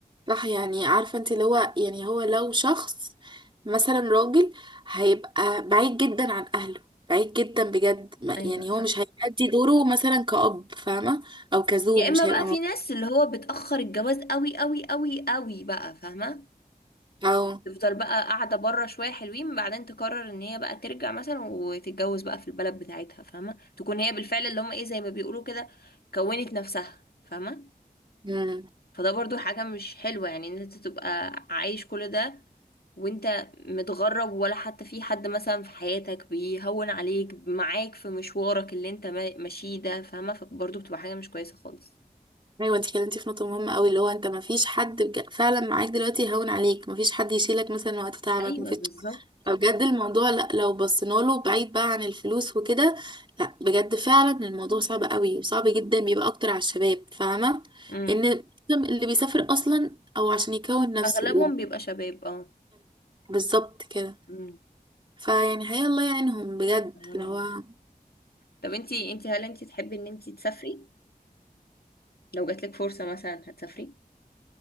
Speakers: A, on the right (about 30°); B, on the left (about 85°).
A: صح يعني عارفة انت اللي هو يعني هو لو شخص مثلا راجل هيبقى بعيد جدا عن أهله بعيد جدا بجد ما-
B: ايوه
A: يعني
B: صح
A: هو مش هيأدي دوره مثلا كأب فاهمة أو كزوج
B: يا اما
A: مش
B: بقى
A: هيبقى
B: في
A: موجود.
B: ناس اللي هو بتأخر الجواز قوي قوي قوي قوي بقى فاهمة
A: أو
B: تفضل بقى قاعدة بره شوية حلوين بعدين تقرر ان هي بقى ترجع مثلا وتتجوز بقى في البلد بتاعتها فاهمة تكون هي بالفعل اللي هم ايه زي ما بيقولوا كده كونت نفسها فاهمة
A: مم.
B: فده برضو حاجة مش حلوة يعني ان انت تبقى عايش كل ده وانت متغرب ولا حتى في حد مثلا في حياتك بيهون عليك معاك في مشوارك اللي انت ما- ماشيه ده فاهمة فبرضو بتبقى حاجة مش كويسة خالص
A: ايوه انت كلمتي في نقطه مهمه قوي اللي هو انت ما فيش حد بج- فعلا معاك دلوقتي يهون عليك ما فيش حد يشيلك مثلا وقت تعبك
B: ايوه
A: ما فيش
B: بالظبط
A: فبجد الموضوع لا لو بصينا له بعيد بقى عن الفلوس وكده لا بجد فعلا الموضوع صعب قوي وصعب جدا بيبقى اكتر على الشباب فاهمه
B: امم
A: ان اللي بيسافر اصلا او عشان يكون نفسه
B: اغلبهم
A: وب-
B: بيبقى شباب اه
A: بالظبط كده
B: امم
A: فيعني هي الله يعينهم بجد
B: تمام
A: اللي هو
B: طب انتي انتي هل انتي تحبي ان انتي تسافري لو جاتلك فرصة مثلا هتسافري